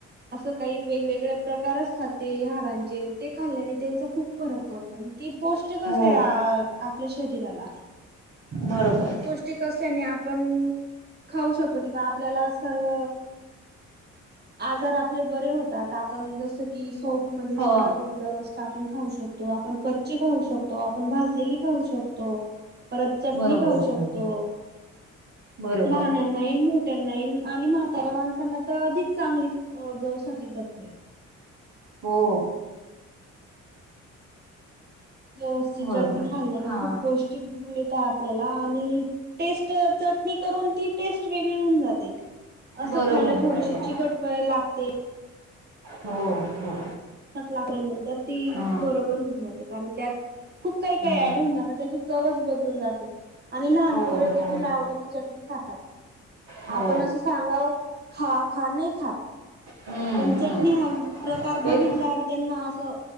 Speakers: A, on the right; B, on the right.
A: असं काही वेगवेगळे्या प्रकार असतात ते हाडांचे ते खाल्ल्याने त्यांचा खूप फरक पडतो ती पौष्टिक असते
B: हो
A: आपल्या शरीराला
B: बरोबर
A: ती पौष्टिक असल्याने आपण खाऊ शकतो. ते आपल्याला सर्व आजार आपले बरे होतात आपण जस की सोप म
B: हो
A: सुद्धा ते ववस् टाक खाऊ शकतो कच्ची खाऊ शकतो आपण भाजलेली खाऊ शकतो. परत चटणी
B: बरोबर
A: खाऊ
B: बरोबर
A: शकतो
B: बरोबर
A: लहनांना मोठ त्यांना आणि म्हातारा माणसांना तर अधिक चांगली जवसाची चटणी त्या
B: हो.
A: जवसची
B: बरोबर
A: चटणी खाल्ल्याने
B: हा
A: खूप पौष्टी मिळत आपल्याला आणि टेस्ट तर ून ती टेस्ट वेगळी होऊन जाते असं
B: बरोबर
A: खायला थोडीशी
B: बरोबर
A: चिकट वेळ लागते.
B: हो हो
A: लागल्यानंतर ती
B: हा
A: बरोबर होऊन जाते कारण त्यात खूप काही काही
B: हा
A: ऍड होऊन जातात त्याची चवच बदलून जाते आणि लहान
B: हो
A: पोर देखील
B: हो
A: आवडीने चटणी खातात.
B: हो
A: आपण असं सांगा खा खा नाही खात.
B: हम्म
A: पण
B: हम्म
A: चटणी हा प्रकार बघितल्यावर
B: एक
A: त्यांना असं